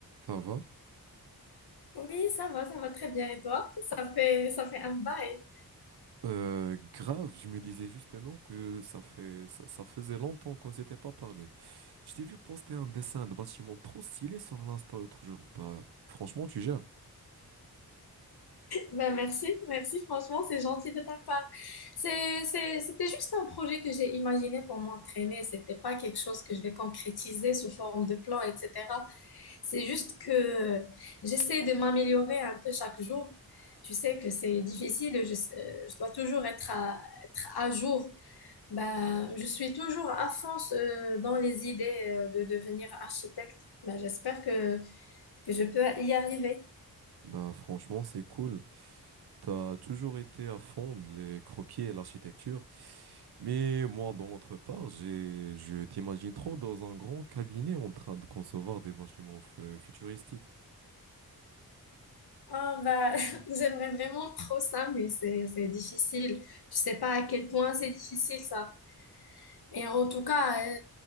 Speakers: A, on the right; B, on the left.
A: Ça va.
B: Oui, ça va, ça va très bien. Et toi? Ça fait, ça fait un bail.
A: Euh, grave, je me disais justement que ça fait, ça, ça faisait longtemps qu'on s'était pas parlé. Je t'ai vu poster un dessin de bâtiment trop stylé sur l'Insta l'autre jour. Bah, franchement, tu gères.
B: Ben, merci, merci. Franchement, c'est gentil de ta part. C'est, c'est, c'était juste un projet que j'ai imaginé pour m'entraîner. C'était pas quelque chose que je vais concrétiser sous forme de plan, etc. C'est juste que j'essaie de m'améliorer un peu chaque jour. Tu sais que c'est difficile. Je, euh, je dois toujours être à, être à jour. Ben, je suis toujours à fond euh, dans les idées euh, de devenir architecte. Ben, j'espère que que je peux y arriver.
A: Bah, franchement, c'est cool. T'as toujours été à fond de les croquis et l'architecture. Mais moi, dans l'autre part, j'ai, je t'imagine trop dans un grand cabinet en train de concevoir des bâtiments fu- futuristiques.
B: Oh, bah, <laughs> j'aimerais vraiment trop ça, mais c'est, c'est difficile. Je sais pas à quel point c'est difficile ça. Et en tout cas, euh,